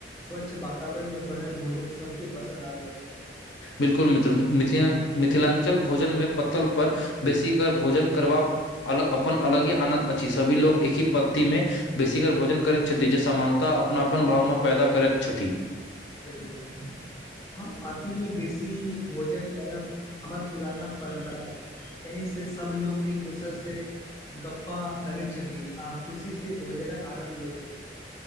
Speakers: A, on the left (about 20°); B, on the left (about 85°).
A: स्वच्छ वातावरण में बनल भोजन सब केँ पसन्द आबे छै
B: बिल्कुल मित्र <unintelligible> मिथिलांचल भोजन मे पत्तल पर बेसी कर भोजन करबा अपन अलग ही आनन्द अछि सभी लोको एक ही पत्तति मे बेसीगर भोजन करैत छथि जे समानता अपनापन भावना पैदा करैत छथि
A: बिल्कुल हँ पातीमे बेसी भोजन करब हमर पुराना परम्परा एहि से सब लोग एक दोसर से गप्पा करे छथि आ खुशी से भोजन आनन्द लय छथि